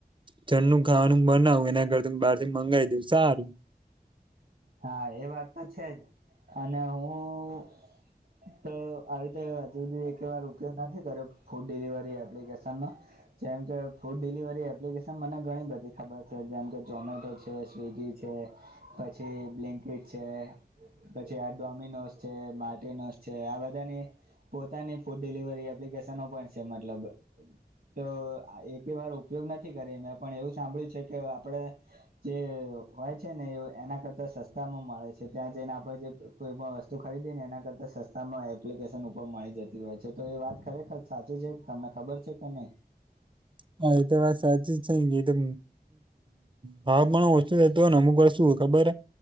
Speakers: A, on the right (about 30°); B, on the right (about 60°).
A: જનું ખાવાનું બનાવું એના કરતાં બહાર થી મંગાવી દેવ સારું.
B: હા એ વાત તો છેજ અને હું તો આવી રીતે હજુ બધી એક વાર ઉપયોગ નથી કર્યો ફૂડ ડિલિવરી એપ્લિકેશનનો. જેમ કે ફૂડ ડિલિવરી એપ્લિકેશન મને ઘણી બધી ખબર છે જેમ કે ઝમેટો છે, સ્વિગી છે, પછી બ્લેન્કેટ છે પછી આ ડોમિનોસ છે, માર્ટિનોસ છે આ બધાની પોતાની ફૂડ ડિલિવરી એપ્લિકેશનો પણ છે મતલબ તો એક વાર ઉપયોગ નથી કર મેં પણ એવું સાંભળ્યું છે કે આપડે જે હોય છે ને એ એના કરતા સસ્તામાં મળે છે ત્યાં જઈને આપડે જે કોઈ પણ વસ્તુ ખરીદીએ ને એના કરતા સસ્ તમે એપ્લિકેશન ઉપર મળી જતી હોય છે. તો એ વાત ખરેખર સાચી છે તમને ખબર છે કે નહીં?
A: હા એ તો વાત સાચી જ છે. ભાવ પણણ ઓછો થતો ને અમુક શું ખબર હ